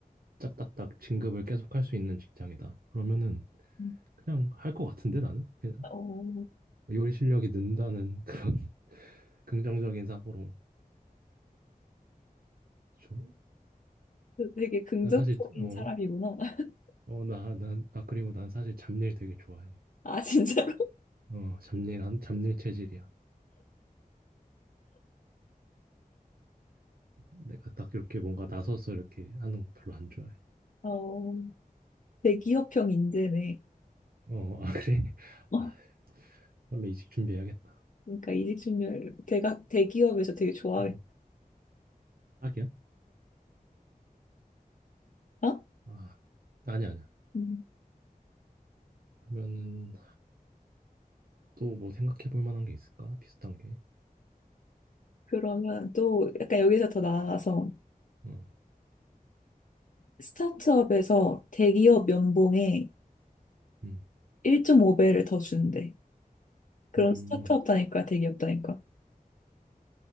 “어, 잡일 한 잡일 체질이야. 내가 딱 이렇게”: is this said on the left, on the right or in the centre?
Right